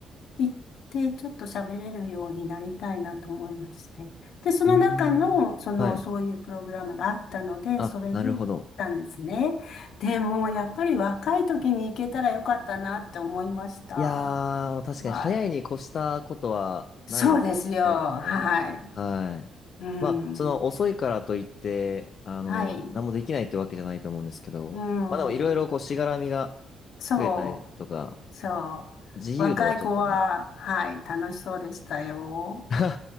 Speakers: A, on the left; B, on the left.
A: 行って、ちょっと喋れるようになりたいなと思いまして。で、その中の、
B: うーん。
A: その、
B: はい。
A: そういうプログラムがあったので、
B: あ、
A: それで行ったんですね。
B: なるほど。
A: でも、やっぱり若い時に行けたらよかったなって思いました。
B: いやー、確かに早いに越したことはないですよね。
A: はい。そうですよ。
B: 多分ね。
A: はい。
B: はい。
A: うん。
B: まあ、その遅いからといって、あの、
A: はい。
B: 何もできないってわけじゃないと思うんですけど、
A: うん。
B: まあでもいろいろこうしがらみが
A: そう。
B: 増えたりとか、
A: そう。
B: 自由度がちょっとね。
A: 若い子は、はい、楽しそうでしたよ。
B: <laughs>